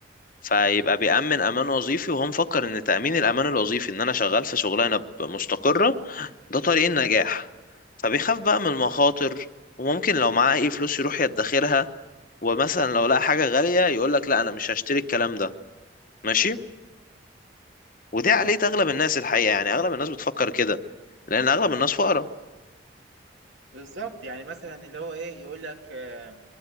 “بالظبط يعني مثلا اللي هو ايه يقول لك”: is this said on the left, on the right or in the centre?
Right